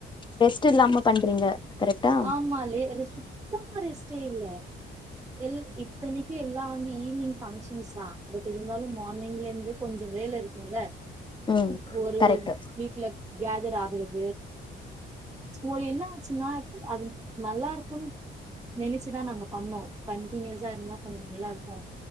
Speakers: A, on the left; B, on the right.
A: ரெஸ்ட் இல்லாம பண்றீங்க கரெக்டா
B: ஆமாலே ரெஸ்டு சுத்தமா ரெஸ்டே இல்ல எல் இத்தன்னிக்கு எல்லாமே ஈவ்னிங் ஃபங்க்ஷன்ஸ் தா பட் இருந்தாலு மார்னிங்ல இருந்து கொஞ்சோ வேல இருக்கோல
A: ம்
B: ஒரு
A: கரெக்ட்
B: ஒரு வீட்ல கேதர் ஆகுற து ஒரு என்ன ஆச்சுன்னா அது நல்லா இருக்கோனு நெனச்சுதா நாங்க பண்ணோ கண்டினியூஸா இருந்தா கொஞ்சோ நல்லா இருக்கோ